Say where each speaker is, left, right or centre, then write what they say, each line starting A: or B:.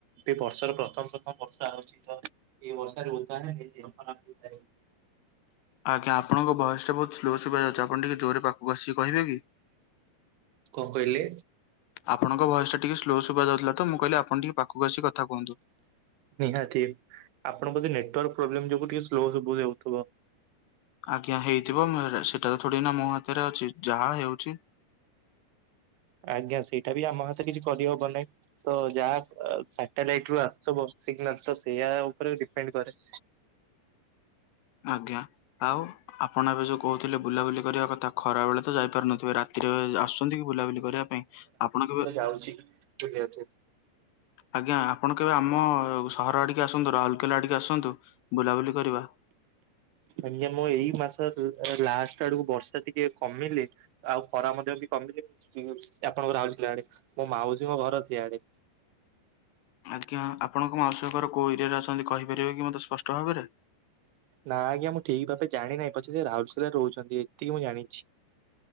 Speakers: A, on the right; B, on the left.
A: ଏ ବର୍ଷର ପ୍ରଥମ ପ୍ରଥମ ବର୍ଷା ହଉଚି ତ ଏ ବର୍ଷାରେ ଓଦା ହେଲେ ଦେହଖରାପ ହେଇଥାଏ।
B: ଆଜ୍ଞା ଆପଣଙ୍କ ଭଏସ ଟା ବହୁତ ସ୍ଲୋ ସୁଭା ଯାଉଚି ଆପଣ ଟିକେ ଜୋରେ ପା ଗୋସି କହିବେ କି
A: କଣ କହିଲେ
B: ଆପଣଙ୍କ ଭଏସ ଟା ଟିକେ ସ୍ଲୋ ଶୁଭା ଯାଉଥିଲା ତ ମୁଁ କହିଲି ଆପଣ ଟିକେ ପାଖକୁ ଆସିି କଥା କୁହନ୍ତୁ।
A: ନିହାତି ଆପଣ ବୋଧେ ନେଟୱର୍କ ପ୍ରୋବ୍ଲେମ ଯୋଗୁ ଟିକେ ସ୍ଲୋ ସୁଭୂଜାଉଥିବ।
B: ଆଜ୍ଞା ହେଇଥିବ ମୋର ସେଟା ତ ଥୋଡି ନା ମୋ ହାତରେ ଅଛି ଯାହା ହେଉଛି
A: ଆଜ୍ଞା ସେଇଟା ବି ଆମ ହାତ କିଛି କରିହବ ନାଇଁ। ତ ଯାହା ଅ ସାଟେଲାଇଟ ରୁ ଆସୁଥିବ ସିଗ୍ନାଲ ତ ସେଇୟା ଉପରେ ଡିପେଣ୍ଡ କରେ।
B: ଆଜ୍ଞା ଆଉ ଆପଣ ଏବେ ଯୋଉ କହୁଥିଲେ ବୁଲାବୁଲି କରିବା କଥା ଖରା ବେଳେ ତ ଯାଇପାରୁନଥିବେ ରାତିରେ ଆସୁଛନ୍ତି କି ବୁଲାବୁଲି କରିବା ପାଇଁ ଆପଣ କେବେ
A: ଯାଉଛି। ଠିକ୍ ଅଛି।
B: ଆଜ୍ଞା ଆପଣ କେବେ ଆମ ସହର ଆଡିକି ଆସନ୍ତୁ ରାଉରକେଲା ଆଡିକି ଆସନ୍ତୁ ବୁଲାବୁଲି କରିବା।
A: ଆଜ୍ଞା ମୁଁ ଏଇ ମାସ କୁ ଲାଷ୍ଟ ଆଡକୁ ବର୍ଷା ଟିକେ କମିଲେ ଆଉ ଖରା ମଧ୍ୟ ବି କମିଲେ ଇ ଆପଣଙ୍କ ରାଉଲକେଲା ଆଡ଼େ ମୋ ମାଉସୀଙ୍କ ଘର ସିଆଡେ।
B: ଆଜ୍ଞା ଆପଣଙ୍କ ମାଉସୀ ଘର କୋଉ ଏରିଆରେ ଅଛନ୍ତି କହିପାରିବେ କି ମତେ ସ୍ପଷ୍ଟ ଭାବରେ।
A: ନା ଆଜ୍ଞା ମୁଁ ଠିକ ଭାବେ ଜାଣି ନାହିଁ ପଛେ ସେ ରାଉରକେଲାରେ ରହୁଛନ୍ତି ଏତିକି ମୁଁ ଜାଣିଛି।